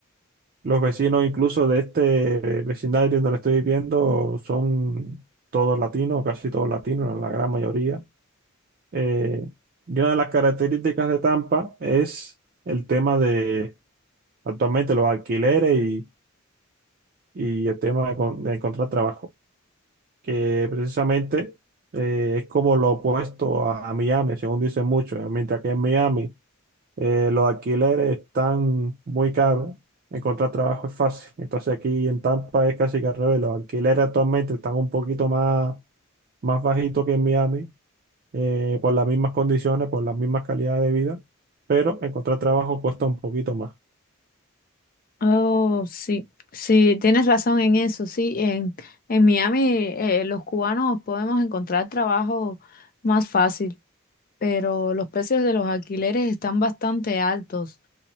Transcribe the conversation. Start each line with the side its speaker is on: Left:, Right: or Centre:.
Right: los vecinos incluso de este vecindario donde estoy viviendo son todos latinos, casi todos latinos, la gran mayoría. Eh, y una de las características de Tampa es el tema de actualmente los alquileres y, y el tema de, con- de encontrar trabajo, que precisamente eh, es como lo opuesto a, a Miami, según dicen muchos, mientras que en Miami Eh, los alquileres están muy caros. Encontrar trabajo es fácil. Entonces aquí en Tampa es casi que al revés. Los alquileres actualmente están un poquito más, más bajitos que en Miami, eh, por las mismas condiciones, por las mismas calidades de vida, pero encontrar trabajo cuesta un poquito más.
Left: Oh, sí, sí, tienes razón en eso, sí, en, en Miami eh, los cubanos podemos encontrar trabajo más fácil, pero los precios de los alquileres están bastante altos.